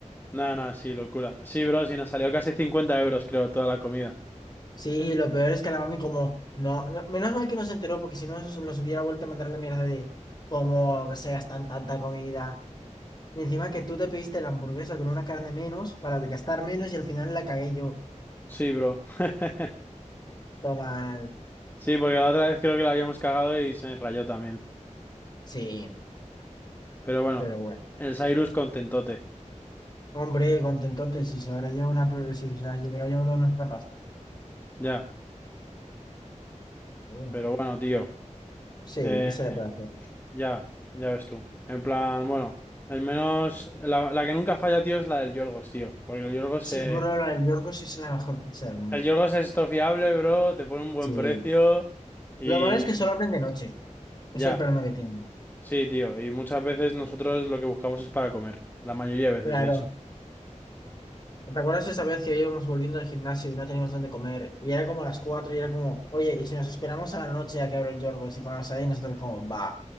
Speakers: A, on the left; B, on the left.
A: Nada, nada, sí, locura. Sí, bro, sí, nos salió casi 50 euros, creo, toda la comida.
B: Sí, lo peor es que la mami como, no, no- menos mal que no se enteró, porque si no nos nos hubiera vuelto a mandar la mierda de cómo se gastan tanta comida. Y encima que tú te pediste la hamburguesa con una carne menos para gastar menos y al final la cagué yo.
A: Sí, bro. <laughs>
B: Toma.
A: Sí, porque la otra vez creo que la habíamos cagado y se rayó también.
B: Sí,
A: Pero bueno,
B: pero bueno.
A: el Cyrus contentote.
B: Hombre, contentote, si se habrá llevado una, pro- si se habrá llevado nuestra pasta.
A: Ya,
B: Uy,
A: pero bueno, tío.
B: Sí,
A: Eh,
B: ¿qué se le puede hacer?
A: ya, ya ves tú. En plan, bueno, el menos... La, la que nunca falla, tío, es la del Yorgos, tío. Porque el Yorgos
B: Sí,
A: se...
B: bro, la del Yorgos sí es la mejor pizza del mundo.
A: El Yorgos es esto fiable, bro, te pone un buen
B: sí,
A: precio y...
B: Lo malo es que solo abren de noche. Es
A: Ya.
B: el problema que tienen.
A: Sí, tío, y muchas veces nosotros lo que buscamos es para comer, la mayoría de
B: claro.
A: veces, de hecho.
B: ¿Te acuerdas esa vez que íbamos volviendo al gimnasio y no teníamos dónde comer? Y era como las 4 y era como, oye, y si nos esperamos a la noche a que abra el Yorgos y comemos ahí, y nosotros como, va.